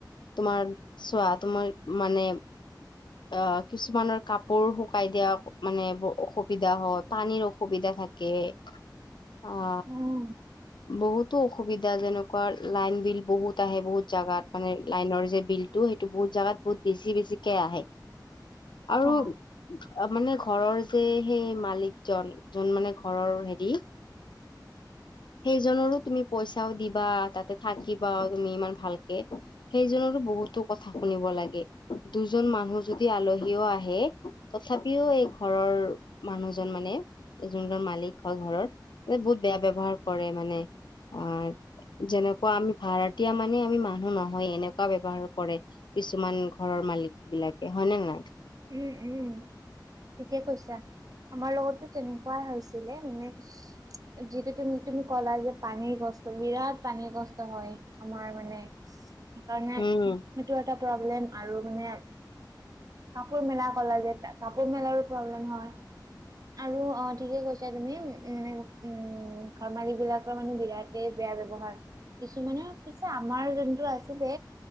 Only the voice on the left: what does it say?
তোমাৰ চোৱা, তোমাৰ মানে অ, কিছুমানৰ কাপোৰ শুকাই দিয়া, মানে অসুবিধা হয়ও, পানীৰ অসুবিধা থাকে। অ,
বহুতো অসুবিধা যেনেকুৱা, লাইন বিল বহুত আহে, বহুত জাগাত মানে লাইনৰ যে বিলতটো সেই বহুত জাগাত বহুত বেছি, বছিকে আহে। আৰু
মানে ঘৰৰ যে সেই মালিকজন, যোন মানে ঘৰৰ হেৰি সেইজনৰো তুমি পইচাও দিবা, তাতে থাকিবা তুমি ইমান ভালকে। সেই জনৰো, বহুতো কথা শুনিব লাগে। দুজন মানুহ যদি আলহীও, আহে তথাপিও এই ঘৰৰ মানুহজন মানে যোনজন মালিক হয়, ঘৰৰ বহুত বেয়া ব্যৱহাৰ কৰে মানে। অ, যেনেকুৱা আমি ভাৰতীয় মানে আমি মানুহ নহয়, এনেকুৱা ব্যৱহাৰ কৰে। কিছুমান ঘৰৰ মালিক বিলাকে, হয় নে নাই?
উম